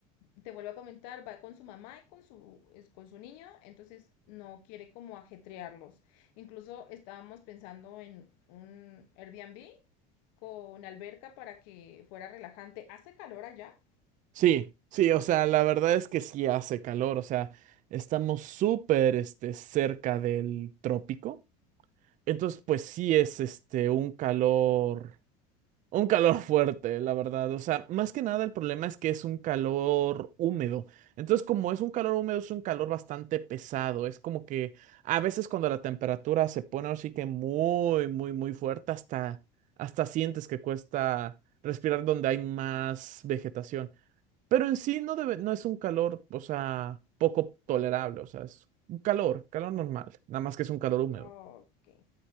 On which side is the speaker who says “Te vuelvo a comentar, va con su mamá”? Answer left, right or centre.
Left